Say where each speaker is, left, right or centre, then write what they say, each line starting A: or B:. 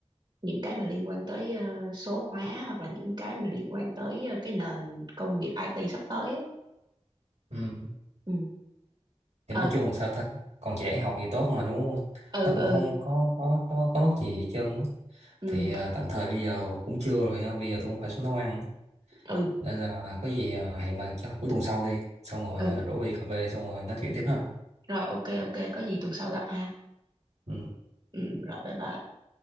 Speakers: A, on the right; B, on the right.
A: những cái mà liên quan tới ờ, số hóa hoặc là những cái mà liên quan tới ờ, cái nền công nghiệp IT sắp tới á
B: Ừ.
A: ừ
B: Thì
A: ừ
B: nói chung là sao ta còn dễ học thì tốt mà đúng không
A: ừ
B: nó
A: ừ
B: cũng không có có có, có mất gì hết trơn á.
A: ừ
B: thì à, tạm thời bây giờ cũng trưa rồi ha bây giờ tôi cũng phải xuống nấu ăn
A: ừ
B: nên là có gì à, hẹn bạn chắc là cuối tuần sau đi xong rồi
A: ừ
B: ờ, rủ đi cà phê xong rồi nói chuyện tiếp ha
A: rồi ok ok có gì tuần sau gặp ha
B: ừ.
A: ừ rồi bye bye